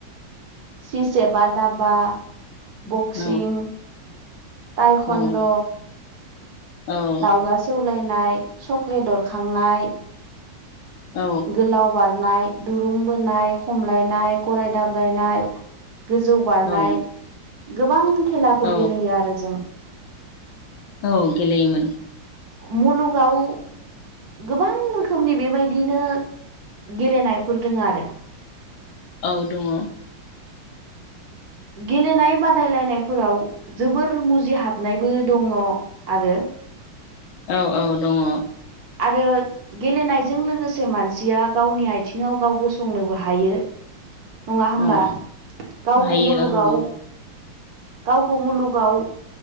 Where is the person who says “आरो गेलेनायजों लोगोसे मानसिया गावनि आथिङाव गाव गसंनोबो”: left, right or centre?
Right